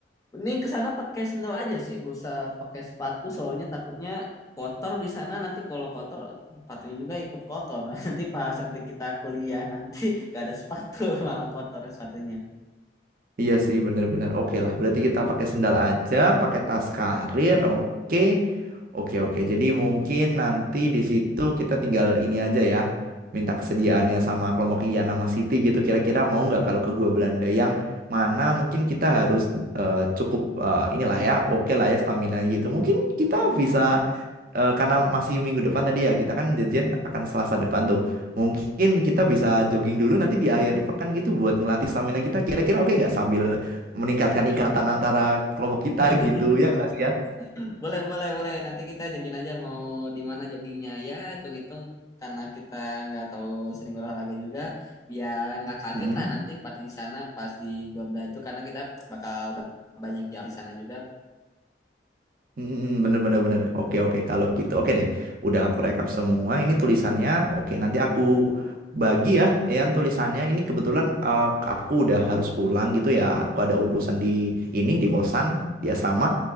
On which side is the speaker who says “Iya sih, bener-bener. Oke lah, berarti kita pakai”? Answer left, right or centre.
Right